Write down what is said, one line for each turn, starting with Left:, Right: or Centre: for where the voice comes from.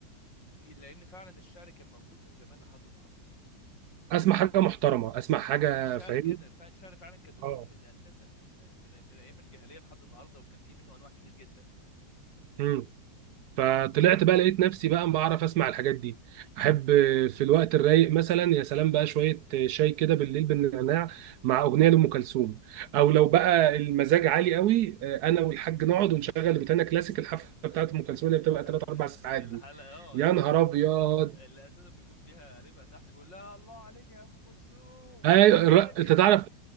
Left: لان فعلا الشعر كان موجود من زمان لحد النهارده
Right: اسمع حاجه محترمه اسمع حاجه
Left: اه الشعر
Right: فاهمني
Left: كان فعلا الشعر فعلا كان موجود
Right: اه
Left: من اساسا من من من ايام الجاهليه لحد النهارده وكان في منه انواع كتير جدا
Right: امم فطلعت بقى لقيت نفسي بقى بعرف اسمع الحاجات دي
Left: أمم.
Right: احب في الوقت الرايق مثلا يا سلام بقى شويه شاي كده بالليل بالنعناع مع اغنيه لام كلثوم او
Left: أمم.
Right: لو بقى المزاج عالي قوي آه، انا والحاج نقعد ونشغل بتاعنا كلاسيك الحفله بتاعت
Left: <laughs>
Right: ام كلثوم اللي بتبقى 3 4 ساعات
Left: الحلقه
Right: دي
Left: اه
Right: يا
Left: اللي,
Right: نهار ابيض
Left: اللي اساسا بيكون فيها قريبها تحت بيقول لها الله عليك يا ام كلثوم
Right: اي
Left: تاني
Right: ر- انت تعرف